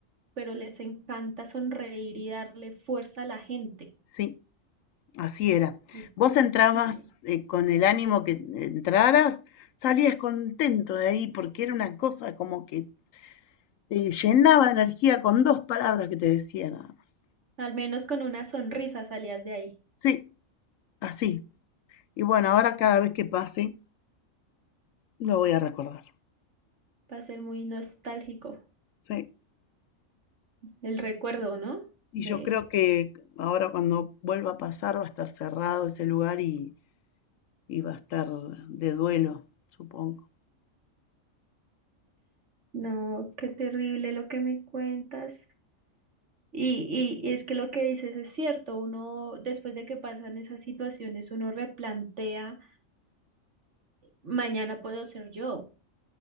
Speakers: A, on the right; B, on the left.
A: pero les encanta sonreír y darle fuerza a la gente.
B: sí, así era.
A: Sí.
B: Vos entrabas
A: Ay,
B: eh, con el ánimo que entraras, salías contento de ahí porque era una cosa como que te llenaba de energía con dos palabras que te decía nada más.
A: al menos con una sonrisa salías de ahí.
B: Sí, así. Y bueno, ahora cada vez que pase, lo voy a recordar.
A: Va a ser muy nostálgico
B: Sí.
A: el recuerdo, ¿no?
B: Y
A: De,
B: yo creo que ahora cuando vuelva a pasar va a estar cerrado ese lugar y y va a estar de duelo, supongo.
A: no, qué terrible lo que me cuentas. Y, y, y es que lo que dices es cierto, uno después de que pasan esas situaciones, uno replantea, mañana puedo ser yo,